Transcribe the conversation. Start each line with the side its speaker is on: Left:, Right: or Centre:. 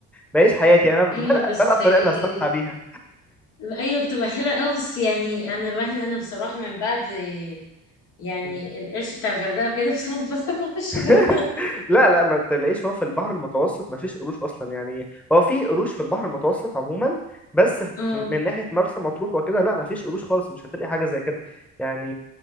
Centre: وبعيش حياتي يعني انا بلقى
Left: ايوه بس
Centre: بلقى الطريقه
Left: يعني
Centre: اللي هستمتع بيها
Left: ايوه بتبقى حلوة قوي بس يعني انا الواحد انا بصراحة من بعد يعني
Centre: مم.
Left: القرش بتاع الغردقة وكده <laughs> بصراحة بخاف اخش
Centre: <laughs>
Left: جوه
Centre: لا لا ما تلاقيش هو في البحر المتوسط ما فيش قروش اصلا يعني هو في قروش في البحر المتوسط عموما بس في
Left: اه
Centre: من ناحيه مرسى مطروح وكده لا ما فيش قروش خالص مش هتلاقي حاجه زي كده يعني